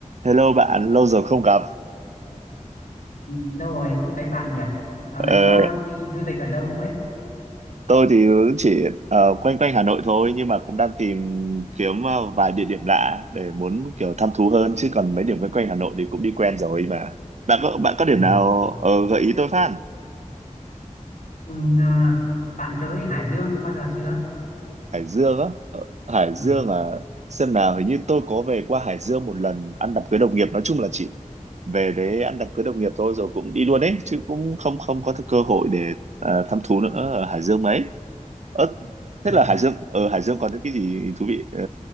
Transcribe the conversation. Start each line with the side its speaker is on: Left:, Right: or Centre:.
Right: Hello bạn, lâu rồi không gặp.
Left: Ừ, Đâu rồi không thấy bạn nhỉ? Dạo
Right: Ờ,
Left: này có đi du lịch ở đâu không ấy?
Right: tôi thì cũng chỉ ờ, quanh quanh Hà Nội thôi nhưng mà cũng đang tìm kiếm ờ, vài địa điểm lạ để muốn kiểu thăm thú hơn chứ còn mấy điểm quanh quanh Hà Nội thì cũng đi quen rồi mà. Bạn có bạn có
Left: Thì,
Right: điểm nào ờ, gợi ý tôi phát?
Left: ừ, à, bạn tới Hải Dương bao giờ chưa?
Right: Hải Dương á, Ờ, Hải
Left: Ừ,
Right: Dương à, xem nào hình như tôi có về qua Hải Dương một lần ăn đám cưới đồng nghiệp. Nói chung là chỉ về đấy ăn đám cưới đồng nghiệp thôi rồi cũng đi luôn đấy chứ cũng không không có cơ hội để ờ, thăm thú nữa ở Hải Dương mấy ớt
Left: à,
Right: thế là Hải Dương ở Hải Dương có những cái gì thú vị Ờ,